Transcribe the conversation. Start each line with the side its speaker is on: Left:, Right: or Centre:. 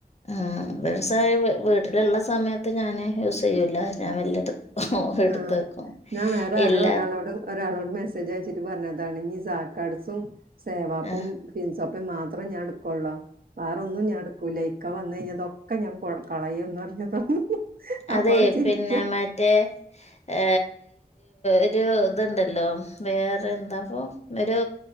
Left: ഉ വസായ വീട്ടിലുള്ള സമയത്ത് ഞാന് യൂസ് ചെയ്യൂല ഞാൻ വല്ല എടു എടുത്ത്
Right: ആഹ
Left: വെക്കും
Right: ഞാൻ വേറെ ആരോ
Left: ഇല്ല
Right: ഒരാളോടും ഒരാളോടും മെസ്സേജ് അയച്ചിട്ട് പറഞ്ഞ തണിഞ്ഞ് സാക്കാഡസും സേവാപ്പും
Left: ആ
Right: ഫൻസോപ്പയും മാത്രേ ഞാൻ എടുക്കുള്ളോ വേറൊന്നും ഞാൻടുക്കൂലക്ക വന്ന് കഴിഞ്ഞതൊക്കെ ഞാൻ കളയന്ന് പറഞ്ഞ തന്നു അപ്പ
Left: അതെ
Right: അവള് ചിരിക്കാ
Left: പിന്നെ മറ്റേ ഹ ഒരു ഇതുണ്ടല്ലോ വേറെ എന്താപ്പ ഒരു